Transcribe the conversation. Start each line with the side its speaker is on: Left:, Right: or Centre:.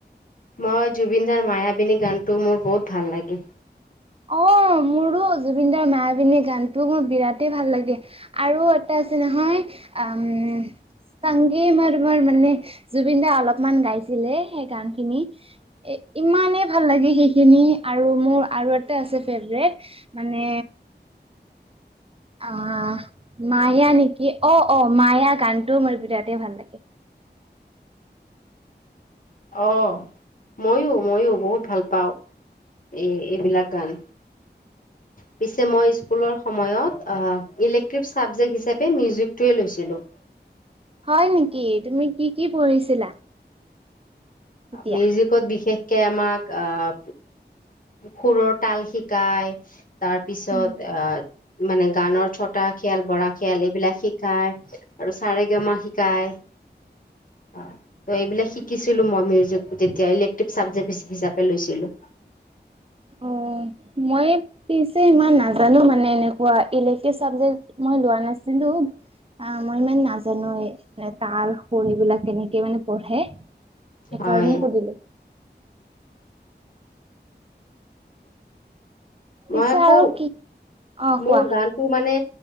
Left: মই জুবিন দাৰ মায়াবিনী গানটো মোৰ বহুত ভাল লাগে।
Right: অ' মোৰো জুবিন দাৰ মায়াবিনী গানটো মোৰ বিৰাটেই ভাল লাগে। আৰু এটা আছে নহয়, উম সংগে মাৰমাৰ মানে, জুবিন দাই অলপমান গাইছিলে সেই গান খিনি। এ' ইমানেই ভাল লাগে সেইখিনি আৰু মোৰ আৰু এ টা আছে ফেভৰেট মানে আ' মায়া নেকি, অ', অ' মায়া গানটোও মোৰ বিৰাতে ভাল লাগে।
Left: অ' মইয়ো, মইয়ো বহুত ভাল পাওঁ। এ' এইবিলাক গান পিছে মই স্কুলৰ সময়ত আ' ইলেক্টিভ চাবজেক্ট হিচাপে মিউজিক টোৱে লৈছিলোঁ।
Right: হয় নেকি, তুমি কি, কি পঢ়িছিলা? তেতিয়া?
Left: মিউজিক ক'ত বিশেষকৈ আমাক আ' সুৰৰ তাল শিকায় তাৰ পিছত
Right: উম
Left: আ' মানে গানৰ ছটা খেয়াল, বৰা খেয়াল এইবিলাক শিকায়। আৰু ছা ৰে গা মা শিকায়, আ' ত' এইবিলাক শিকিছিলোঁ মই। মিউজিক তেতিয়া ইলেক্টিভ চাবজেক্ট হি-হিচাপে লৈছিলোঁ। <inaudible>
Right: অ', মই এই পিছে ইমান নাজানোঁ মানে এনেকোৱা, ইলেক্টিভ চাবজেক্ট মই লোৱা নাছিলোঁ। আ' মই ইমান নাজানোয়ে মানে তাল, সুৰ এইবিলাক কেনেকে মানে পঢ়ে। সেইকাৰণে
Left: হয়
Right: সুধিলোঁ। পিছে
Left: মই আকৌ
Right: আৰু কি অ
Left: মোৰ
Right: কোৱা
Left: গান টো মানে,